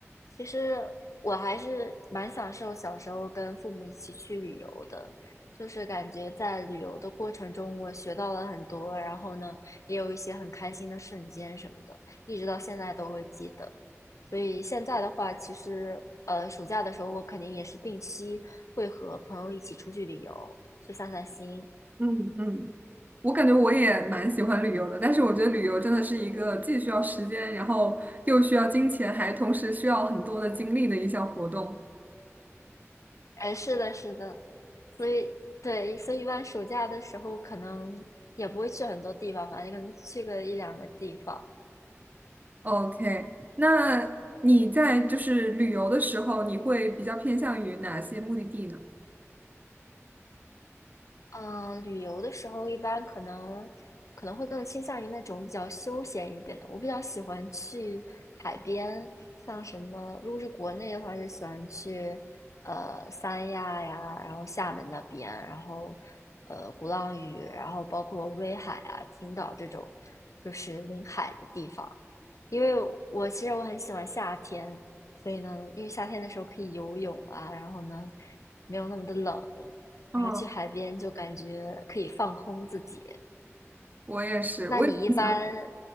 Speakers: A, on the left; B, on the right.
A: 其实我还是蛮享受小时候跟父母一起去旅游的，就是感觉在旅游的过程中，我学到了很多，然后呢，也有一些很开心的瞬间什么的，一直到现在都会记得。所以现在的话，其实呃，暑假的时候我肯定也是定期会和朋友一起出去旅游，去散散心。
B: 嗯嗯。我感觉我也蛮喜欢旅游的，但是我觉得旅游真的是一个既需要时间，然后又需要金钱，还同时需要很多的精力的一项活动。
A: 哎，是的，是的，所以对，所以一般暑假的时候可能也不会去很多地方吧，可能去个一两个地方。
B: OK，那你在就是旅游的时候，你会比较偏向于哪些目的地呢？
A: 嗯、呃旅游的时候一般可能可能会更倾向于那种比较休闲一点的。我比较喜欢去海边，像什么，如果是国内的话，就喜欢去呃三亚呀，然后厦门那边，然后呃鼓浪屿，然后包括威海啊、青岛这种，就是临海的地方。因为我其实我很喜欢夏天，所以呢，因为夏天的时候可以游泳啊，然后呢没有那么的冷，
B: 嗯，
A: 然后去海边就感觉可以放空自己。
B: 我也是，
A: 那你一般，
B: 我也很喜欢，